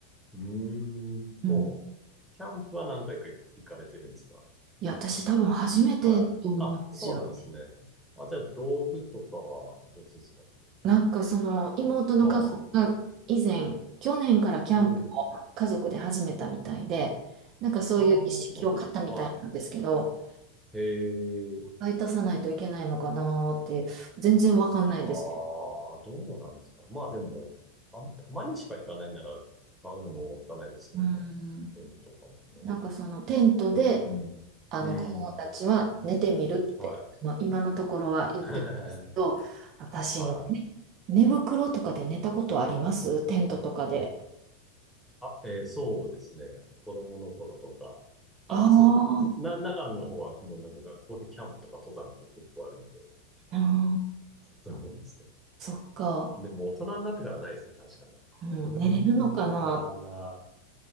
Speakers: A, in the centre; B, on the right.
A: うーん。
B: うん。
A: もう、キャンプは何回か行かれてるんですか
B: いや、私多分初めてだと思うんですよ。
A: はい。あ、そうなんですね。あ、じゃあ、道具とかはどうですか
B: なんかその妹の家族が以前、
A: はあ。
B: 去年からキャンプを家族で始めたみたいで、
A: うん。
B: なんかそういう意識を買ったみたいなんですけど、
A: ああ、そうですね。はい。へえ。
B: 買い足さないといけないのかなーって、全然わかんないんですけど。
A: ああ、どうなんですかねまあでも、あ、たまにしか行かないなら、買うのももったいないですよね。
B: うん。
A: テントとかもね。
B: なんかそのテントで、
A: うん。
B: あの、
A: うん。
B: 子供たちは寝てみるって、
A: はい。
B: まあ、今のところは言ってるんですけど、
A: <laughs> はい。
B: 私、
A: あ、
B: ね寝袋とかで寝たことありますテントとかで。
A: えーそうですね。子供の頃とか。
B: あー
A: あ、そう、な、長野の方はもうなんか学校でキャンプとか登山とか結構あるんで、
B: あー、
A: そうですね。
B: そっか。
A: でも大人になってからないですね、確かに。
B: うん、
A: 大人になったらな、
B: 寝れるのかな